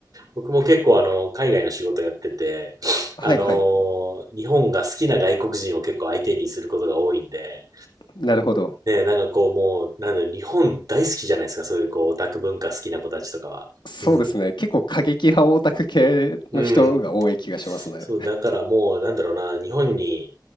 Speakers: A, on the right; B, on the left.
A: 僕も結構あの、海外の仕事やってて、
B: はいはい。
A: あの、日本が好きな外国人を結構相手にすることが多いんで、
B: なるほど。
A: ね、なんかこうもう、なんだろう、日本大好きじゃないですか、そういうこうオタク文化好きな子たちとかは。
B: そうですね。
A: うん。
B: 結構過激派オタク系の人が多い気がしますね。
A: うん。そう、だからもう、なんだろうな、日本に、